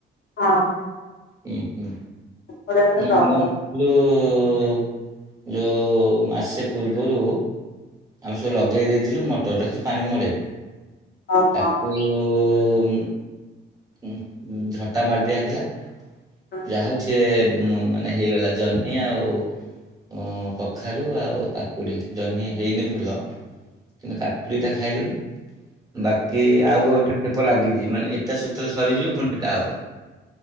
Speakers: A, on the left; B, on the right.
A: ହଁ।
B: ହୁଁ ହୁଁ
A: ଏପଟେ ଏପଟେ
B: ଏ <unintelligible>
A: ପ୍ରବଳ
B: ଯୋଉ ଯୋଉ ମାସେ ପୂର୍ବରୁ ଆମେ ସବୁ ଲଗେଇ ଦେଇଥିଲୁ ମଟରରେ ଖାଲି ପାଣି ମଡେଇ
A: ଓହୋ
B: ତାକୁ ଯୋଉ ଉଁ ଝଟା ମାରି ଦିଆ ହେଇଥିଲା
A: ହଁ
B: ଯାହା ହଉ ସିଏ ମ ମା ନା ହେଇଗଲା ଜହ୍ନି ଆଉ ଉଁ କଖାରୁ ଆଉ କାକୁଡି ଜହ୍ନି ହେଇନି ଫୁଲ କିନ୍ତୁ କାକୁଡ଼ିଟା ଖାଇଲୁଣି। ବାକି ଆଉ ଗୋଟେ ଖେପ ଲାଗିଛି ମାନେ ଏଟା ସେତେବେଳେ ସରିଯିବ ପୁଣି ସେଟା ହବ।